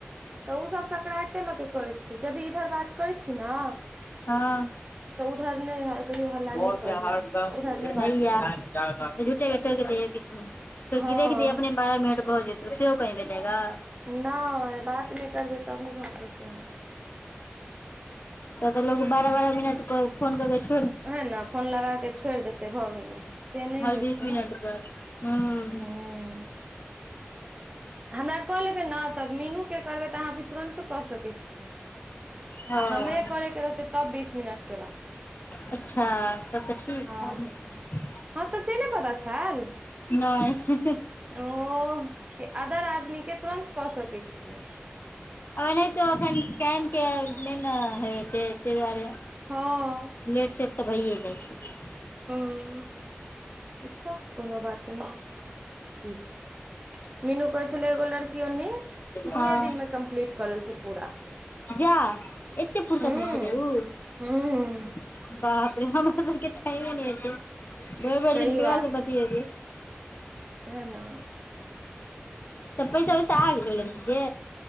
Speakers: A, on the right; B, on the left.
A: तऽ उ सब सकराते लऽ क करै छियै जब इधर बात करय छी नै
B: हँ
A: तऽ उधर नै अहां कहियौ हल्ला
B: सौ
A: नै
B: रुपया
A: करय
B: हरदम
A: लै उधर नै
B: हैया
A: बात करू।
B: झूठे के टोएक दै यै बीच मे कहय
A: हँ
B: की रख दही अपने बारह मिनट भऽ जेत तऽ सेहो कहीं भेजेगा
A: नै बात नै करबै तब नै भऽ सकय हय।
B: तब कहलक की बारा-बारा मिनट पर फोन केर के छ
A: उहै नै फोन लगाए कै छोएड़ देतय भऽ गेलै से नै
B: हर
A: होय
B: बीस
A: छै
B: मिनट
A: नै।
B: पर हूँ
A: हूं हमरा कऽ लेबै ने तऽ मीनू के करबै तऽ अहाँ अभी तुरन्त कऽ सकै छि।
B: हँ
A: आ हमरे करै के रहते तब बीस मिनट
B: अच्छा तब तऽ ठीक
A: हँ
B: हय
A: हँ तऽ से नहि पता छैल
B: नय
A: ओह कि अदर आदमीके तुरन्त कऽ सकै छियै
B: ओनाहितो एखन टाइम के नहि ने हेते ताहि दुआरे
A: हँ
B: लेट सेेट तऽ भैए जाइ छै
A: ह अच्छा कोनो बात नहि की छै मीनू कह छलै एगो लड़की ओनि
B: हँ
A: दुए दिनमे कम्प्लीट कऽ लेलके पूरा
B: जा एतेक पूर्सत
A: हूँ
B: में छलै ऊ हू
A: हूँ
B: बापरे हमरा साबके टाइम नहि एतै भरि भरि
A: सही
B: दिन ककरा सऽ बतियेबै
A: ओहे नऽ
B: त पैसा ऊइसा आबि गेलेन की के